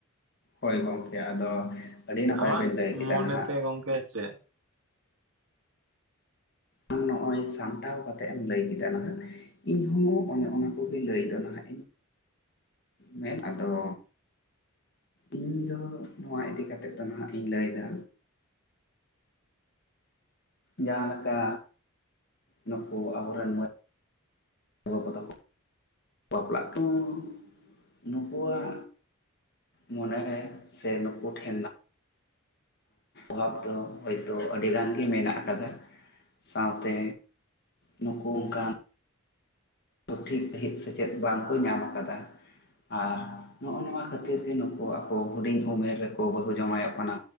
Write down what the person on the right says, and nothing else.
ᱟᱢᱟᱜ
ᱢᱚᱱᱮᱛᱮ
ᱜᱚᱝᱠᱮ ᱪᱮᱫ